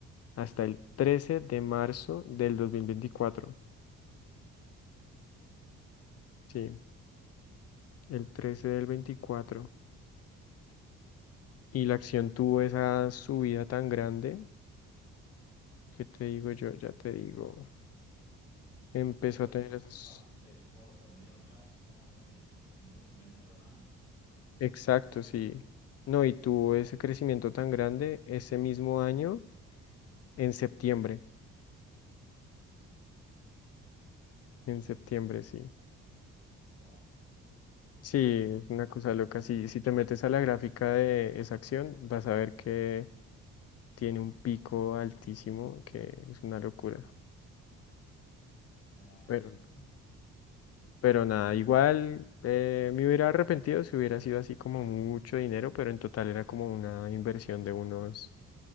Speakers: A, on the left (about 55°); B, on the left (about 70°).
A: hasta el trece de marzo del dos mil veinticuatro Sí. El trece del veinticuatro Y la acción tuvo esa subida tan grande, que te digo yo, ya te digo, empezó
B: Bueno, pero
A: a tener
B: digamos
A: esos
B: que fue bastante corto, mediano plazo. si Estamos hablando que en, en mucho menos de dos años.
A: exactos y no, y tuvo ese crecimiento tan grande ese mismo año en septiembre, en septiembre, sí.
B: Wow.
A: Sí, es una cosa loca. Sí, si te metes a la gráfica de esa acción, vas a ver que tiene un pico altísimo, que es una locura.
B: Me imagino.
A: Pero
B: <laughs>
A: Pero nada, igual eh, me hubiera arrepentido si hubiera sido así como mucho dinero, pero en total era como una inversión de unos